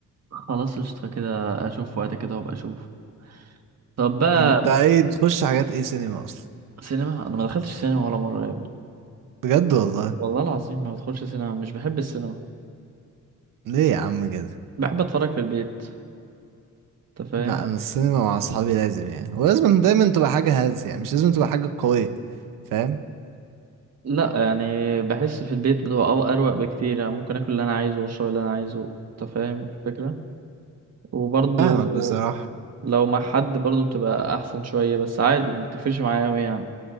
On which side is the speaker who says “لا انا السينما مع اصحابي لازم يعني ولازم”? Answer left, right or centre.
Right